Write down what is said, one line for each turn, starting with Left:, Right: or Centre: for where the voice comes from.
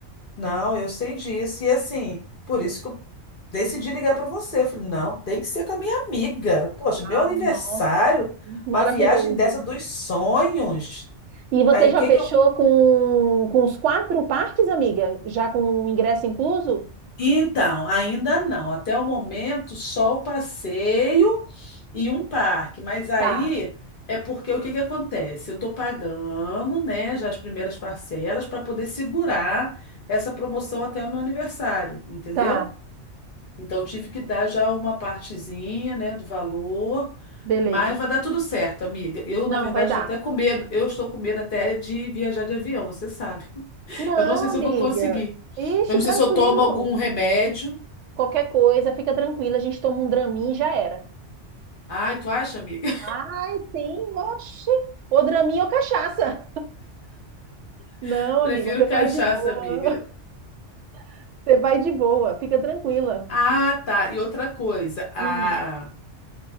Left: Não, eu sei disso. E assim, por isso que eu decidi ligar para você. Eu falei, não, tem que ser com a minha amiga. Poxa, meu
Right: Ah,
Left: aniversário,
Right: nossa, maravilhoso.
Left: uma viagem dessa dos sonhos.
Right: E você
Left: Aí
Right: já
Left: o que
Right: fechou
Left: que eu.
Right: com, com os quatro parques, amiga? Já com o ingresso incluso?
Left: Então, ainda não. Até o momento, só o passeio e um parque. Mas aí
Right: Tá,
Left: é porque o que que acontece? Eu estou pagando, né, já as primeiras parcelas para poder segurar essa promoção até o meu aniversário, entendeu?
Right: tá,
Left: Então tive que dar já uma partezinha, né, do valor,
Right: beleza.
Left: mas vai dar tudo certo, amiga. Eu,
Right: Não,
Left: na verdade,
Right: vai dar.
Left: estou até com medo. Eu estou com medo até de viajar de avião, você sabe.
Right: Não,
Left: <laughs> Eu não sei se
Right: amiga.
Left: eu vou conseguir.
Right: Ixi,
Left: Eu não
Right: tranquilo.
Left: sei se eu tomo algum remédio.
Right: Qualquer coisa, fica tranquila, a gente toma um Dramin e já era.
Left: Ai, tu acha, amiga?
Right: Ai, sim, oxi. Ou draminha ou cachaça. Não,
Left: <laughs>
Right: amiga,
Left: Prefiro
Right: você
Left: cachaça,
Right: vai de boa.
Left: amiga.
Right: <laughs> Você vai de boa, fica tranquila.
Left: Ah, tá. E outra coisa, a...
Right: Hum,